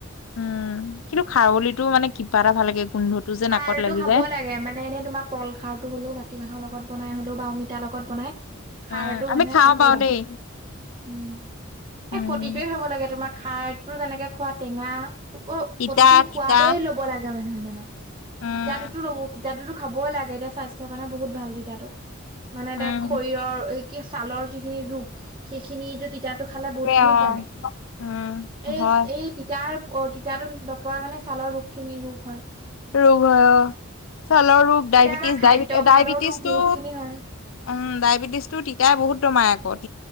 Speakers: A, on the left (about 70°); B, on the right (about 25°).
A: উম কিন্তু খাৰলিটো মানে কিবা এটা ভাল লাগে। গোন্ধটো যে
B: খাৰ
A: নাকত লাগি
B: টো খাব
A: যায়
B: লাগে মানে এনেই তোমাৰ কল খাৰ হ'লো মাটিমাহৰ লগত বনাই হলোঁ। বা অমিতাৰ লগত বনাই
A: উম
B: খাৰটো
A: আমি
B: মানুহে
A: খাওঁ
B: খাব
A: বাৰু
B: লাগে।
A: দেই
B: উম,
A: উম
B: এই প্ৰতিটোৱে খাব লাগে তোমাৰ খাৰ তোৰ যেনেকে খোৱা টেঙা অ'
A: তিতা
B: প্ৰতিটো সোৱাদেই
A: তিতা
B: ল'ব লাগে মানুহে মানে
A: উম
B: তিতাততো বহুত তিতাটোতো খাবই লাগে, এতিয়া স্বাস্থ্যৰ কাৰণে বহুত ভাল তিতাটো। মানে
A: উম
B: তাক শৰীৰৰ ঐ কি ছালৰ যিখিনি ৰোগ সেইখিনিয়ে টো টিপ তিতাটো খালে বহুত
A: অ
B: খিনি কমে
A: উম
B: এই
A: হয়
B: এই তিতাৰ অ' তিতাতো নোপোৱাৰ কাৰণে ছালৰ ৰোগ খিনি ৰোগ হয়।
A: ৰোগ হয় অ' ছালৰ ৰোগ, ডায়বেটিছ
B: এতিয়া আমাৰ খাদ্যৰ
A: ডায় ডায়বেটিছ
B: কাৰণেওতো
A: টো
B: বহুত খিনি হয়
A: উম, ডায়বেটিছ টো তিতাই বহুত দমায় আকত